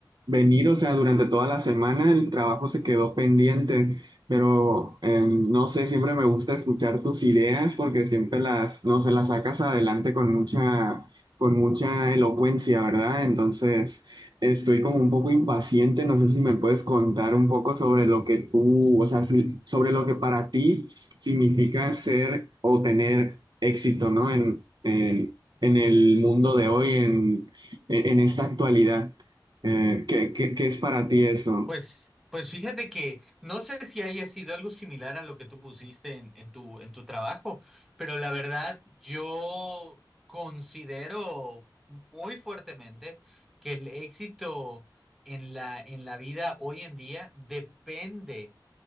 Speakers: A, on the right (about 65°); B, in the centre.
A: venir, o sea, durante toda la semana el trabajo se quedó pendiente. Pero eh, no sé, siempre me gusta escuchar tus ideas porque siempre las, no sé, las sacas adelante con mucha, con mucha elocuencia, ¿verdad? Entonces, estoy como un poco impaciente. No sé si me puedes contar un poco sobre lo que tú, o sea, si- sobre lo que para ti significa ser o tener éxito, ¿no? En, en, en el mundo de hoy, en, en esta actualidad. Eh, ¿qué, qué, qué es para ti eso?
B: pues, pues fíjate que no sé si haya sido algo similar a lo que tú pusiste en, en tu, en tu trabajo, pero la verdad yo considero muy fuertemente que el éxito en la, en la vida hoy en día depende